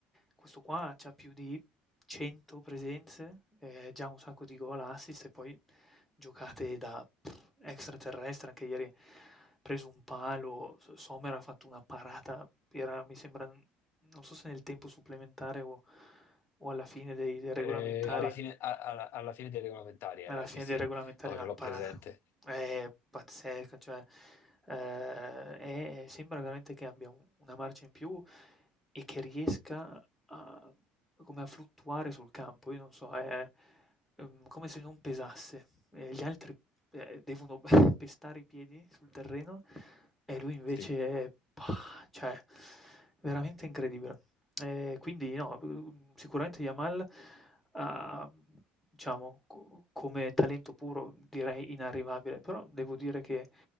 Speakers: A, in the centre; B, on the left.
A: Questo qua c'ha più di 100 presenze, eh, già un sacco di gol, assist e poi giocate da pff, extraterrestre. Anche ieri ha preso un palo, S- Sommer ha fatto una parata, era, mi sembra, non so se nel tempo supplementare o, o alla fine dei dei regolamentari
B: Eh, alla fine, a- alla, alla fine dei regolamentari era,
A: alla fine
B: sì, sì,
A: dei regolamentari
B: no,
A: una
B: ce l'ho
A: parata,
B: presente.
A: è pazzesca, cioè, ehm, è sembra veramente che abbia u una marcia in più e che riesca a come a fluttuare sul campo. Io non so, è, ehm, come se non pesasse, e gli altri, ehm, devono <laughs> pestare i piedi sul terreno e lui invece
B: Sì.
A: pah, cioè veramente incredibile. Ehm, quindi no, sicuramente Yamal ha Diciamo, co come talento puro direi inarrivabile, però devo dire che